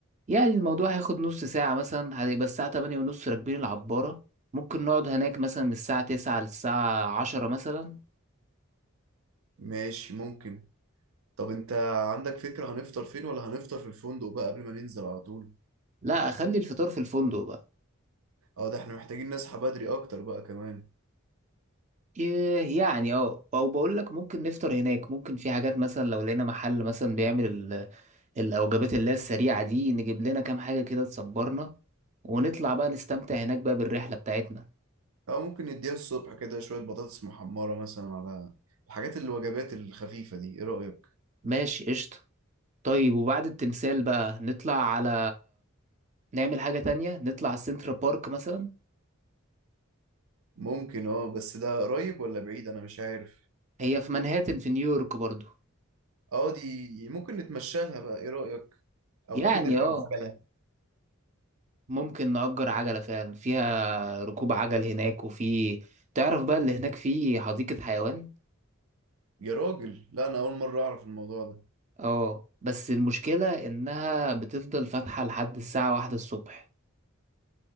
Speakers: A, on the right; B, on the right.
A: يعني الموضوع هياخد نص ساعة مثلا هيبقى الساعة تمانية ونص راكبين العبارة ممكن نقعد هناك مثلا من الساعة تسعة للساعة عشرة مثلا
B: ماشي ممكن طب انت عندك فكرة هنفطر فين ولا هنفطر في الفندق بقى قبل ما ننزل على طول
A: لا أخلي الفطار في الفندق بقى
B: اه ده احنا محتاجين نصحى بدري اكتر بقى كمان
A: ي- يعني اه او بقول لك ممكن نفطر هناك ممكن في حاجات مثلا لو لقينا محل مثلا بيعمل ال- الوجبات اللي هي السريعة دي نجيب لنا كام حاجة كده تصبرنا ونطلع بقى نستمتع هناك بقى بالرحلة بتاعتنا
B: او ممكن نديها الصبح كده شوية بطاطس محمرة مثلا على الحاجات الوجبات الخفيفة دي ايه رأيك
A: ماشي قشطة طيب وبعد التمثال بقى نطلع على نعمل حاجة تانية نطلع السنترا بارك مثلا
B: ممكن اه بس ده قريب ولا بعيد انا مش عارف
A: هي في منهاتن في نيويورك برضو
B: اه دي ممكن نتمشى لها بقى ايه رأيك او
A: يعني
B: ممكن نركب
A: اه
B: عجلة
A: ممكن نأجر عجلة فعلا فيها ركوب عجل هناك وفي تعرف بقى اللي هناك فيه حديقة حيوان
B: يا راجل لا انا اول مرة اعرف الموضوع ده
A: اه بس المشكلة انها بتفضل فاتحة لحد الساعة واحدة الصبح